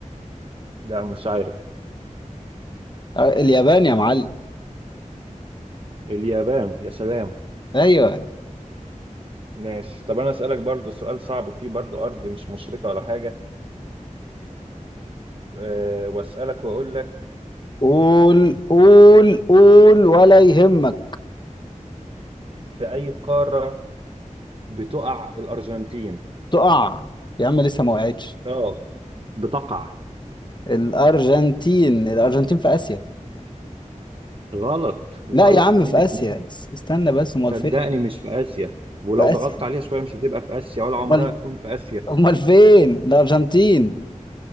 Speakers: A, on the right (about 45°); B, on the left (about 35°).
A: لا مش عارف
B: آه اليابان يا معلم
A: اليابان يا سلام
B: ايوه
A: ماشي طب أنا أسألك برضو سؤال صعب فيه برضو أرض مش مشرقة ولا حاجة أه وأسألك وأقول لك
B: قول قول قول ولا يهمك
A: في أي قارة بتقع الأرجنتين؟
B: تقع يا عم لسه ما وقعتش
A: آه بتقع
B: الأرجنتين الأرجنتين في آسيا
A: غلط وغلط
B: لا يا عم
A: اتنين
B: في
A: اتنين
B: آسيا اس- استنى بس أمال
A: صدقني
B: فين
A: مش في آسيا ولو
B: في
A: ضغطت
B: آسيا
A: عليها شوية مش هتبقى في آسيا ولا عمرها
B: أمال
A: تكون في آسيا
B: أمال فين الأرجنتين